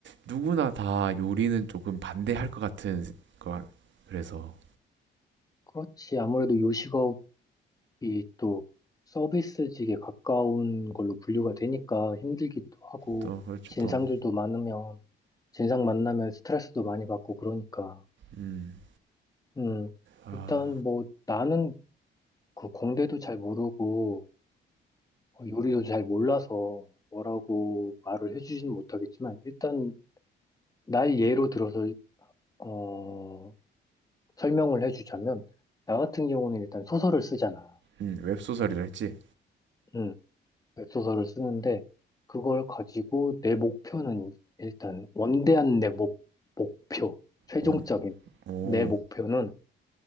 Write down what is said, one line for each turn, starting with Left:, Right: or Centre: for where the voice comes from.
Right: 누구나 다 요리는 조금 반대할 것 같은 거 같- 그래서
Left: 그렇지. 아무래도 요식업 이 또 서비스직에 가까운 걸로 분류가 되니까 힘들기도 하고
Right: 또 그렇죠
Left: 진상들도
Right: 또
Left: 많으면 진상 만나면 스트레스도 많이 받고 그러니까
Right: 음.
Left: 음
Right: 아,
Left: 일단 뭐 나는 그 공대도 잘 모르고 어, 요리도 잘 몰라서 뭐라고 말을 해주지는 못하겠지만 일단 날 예로 들어서 어 설명을 해주자면 나 같은 경우는 일단 소설을 쓰잖아.
Right: 음, 웹소설이라 했지.
Left: 음, 웹소설을 쓰는데 그걸 가지고 내 목표는 일단 원대한 내 목, 목표, 최종적인
Right: 뭔 오.
Left: 내 목표는